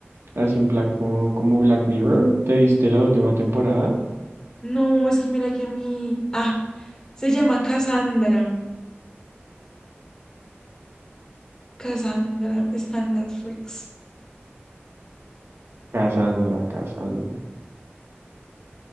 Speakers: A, on the right; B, on the left.
A: así en plan como, como Black Mirror. ¿Te viste la última temporada?
B: No, es que mira que a mí, ah, se llama Cassandra. Cassandra está en Netflix.
A: Cassandra, Cassandra.